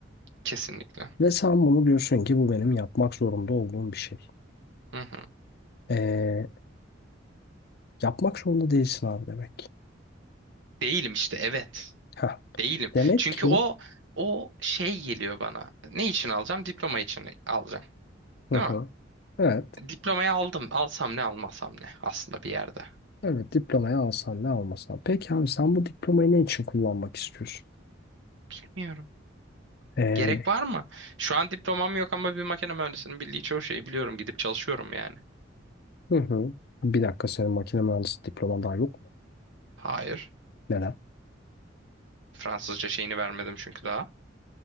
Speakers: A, on the right (about 70°); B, on the left (about 55°).
A: Kesinlikle.
B: Ve sen bunu diyorsun ki bu benim yapmak zorunda olduğum bir şey.
A: Hı hı.
B: Ee, yapmak zorunda değilsin abi demek.
A: Değilim işte evet.
B: Heh.
A: Değilim.
B: Demek
A: Çünkü
B: ki
A: o o şey geliyor bana. Ne için alacağım? Diploma için alacağım.
B: Hı
A: Değil
B: hı.
A: mi?
B: Evet.
A: Diplomayı aldım. Alsam ne almasam ne aslında bir yerde.
B: Evet diplomayı alsan ne almasan. Peki abi sen bu diplomayı ne için kullanmak istiyorsun?
A: Bilmiyorum.
B: Ee,
A: Gerek var mı? Şu an diplomam yok ama bir makine mühendisinin bildiği çoğu şeyi biliyorum. Gidip çalışıyorum yani.
B: hı hı. Bir dakika senin makine mühendisi diploman daha yok mu?
A: Hayır.
B: Neden?
A: Fransızca şeyini vermedim çünkü daha.